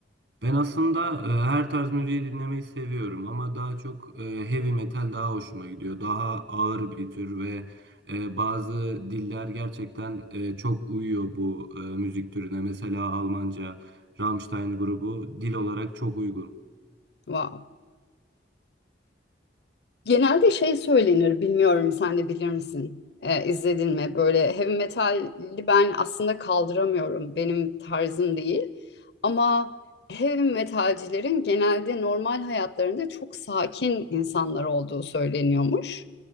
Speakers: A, on the right; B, on the left.
A: Ben aslında e, her tarz müziği dinlemeyi seviyorum ama daha çok e, heavy metal daha hoşuma gidiyor. Daha ağır bir tür ve e, bazı diller gerçekten e, çok uyuyor bu e, müzik türüne. Mesela Almanca, Rammstein grubu dil olarak çok uygun.
B: Wow. Genelde şey söylenir, bilmiyorum sen de bilir misin? Ee, izledin mi? Böyle heavy metali ben aslında kaldıramıyorum. Benim tarzım değil. Ama heavy metalcilerin genelde normal hayatlarında çok sakin insanlar olduğu söyleniyormuş.